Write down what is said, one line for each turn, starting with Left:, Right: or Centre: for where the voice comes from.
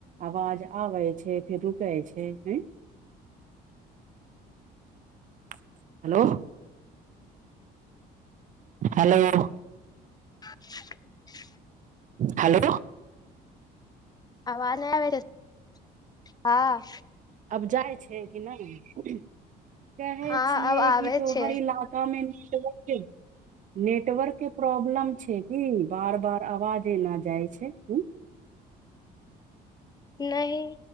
Right: आवाज आबै छै फेर रुकै छै हें हेलो हेलो
Left: <unintelligible>
Right: हेलो
Left: आवाज नहि आबै अछि हँ
Right: अब जाइ छै की नहि कहै
Left: हँ
Right: छियै
Left: अब आबै
Right: कि तोहर
Left: छै
Right: इलाकामे <unintelligible> नेटवर्कके प्रॉब्लम छै की बार बार आवाज ना जाइ छै हूँ
Left: नहि